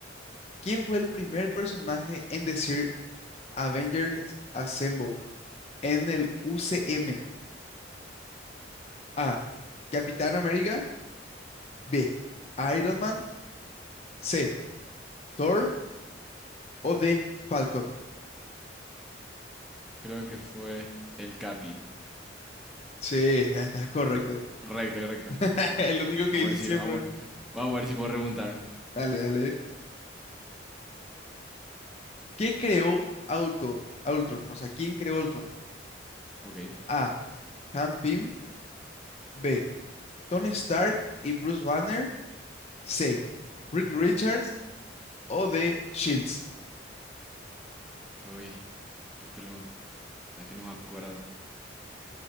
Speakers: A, on the left; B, in the centre.
A: ¿Quién fue el primer personaje en decir Avengers Assemble en el UCM? A. Capitán América. B. Iron Man. C. Thor o D. Falcon.
B: Creo que fue el Capi.
A: Sí, ya estás correcto.
B: Correcto, correcto.
A: <laughs>
B: Bueno,
A: El único
B: vamos
A: que dice
B: a ver si,
A: siempre,
B: vamos,
A: ¿verdad?
B: vamos a ver si puedo remontar.
A: Dale, dale. ¿Qué creó Ultron? Ultron, o sea, ¿quién creó Ultron?
B: Ok.
A: A. Han Pym. B. Tony Stark y Bruce Banner. C. Reed Richards o D. Shields.
B: Uy, el tron. Es que no me acuerdo.